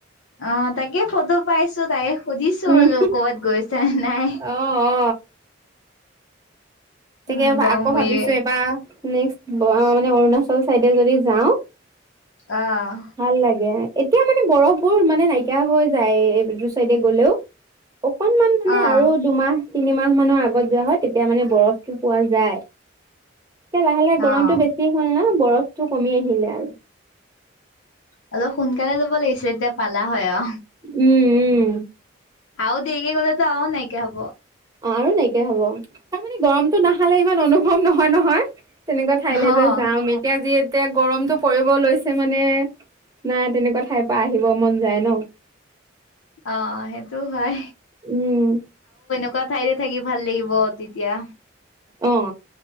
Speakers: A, on the left; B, on the right.
A: অ তাকে ফটো পাইছো তাই সুধিছোলো
B: উম
A: ক'বাত গৈছা নাই।
B: অ অ তাকে
A: উম, গম
B: আকৌ ভাবিছো
A: এই
B: এবাৰ নেক্স মানে অৰুণাচল চাইডে যদি যাওঁ।
A: অ'
B: ভাল লাগে। এতিয়া মানে বৰফবোৰ মানে নাইকিয়া হৈ যায় এইটো চাইডে গলেও। অকনমান মানে
A: অ'
B: আৰু দুমাহ তিনিমাহ মানৰ আগত যোৱা হয় তেতিয়া মানে বৰফ টো পোৱা যায়। এতিয়া লাহে লাহে গৰমতটো
A: অ'।
B: বেছি হ'ল ন বৰফটো কমি আহিলে আৰু
A: অলপ সোনকালে যাব লাগিছিল এতিয়া পালা হয় অ
B: উম-উম।
A: আও দেৰিকে গলেতো আও নাইকিয়া হব।
B: অ আৰু নাইকিয়া হ'ব তাৰ মানে গৰমতটো নাহালে ইমান অনুভৱ নহয়-নহয়। তেনেকুৱা ঠাইলৈ
A: অ'
B: যে যাম এতিয়া যি এয়া গৰমতটো পৰিব লৈছে মানে নাই তেনেকুৱা ঠাইৰ পৰা আহিব মন যায় ন।
A: অ সেইটো হয়।
B: উম।
A: থকা ঠাইতে থাকি ভাল লাগিব তেতিয়া।
B: অ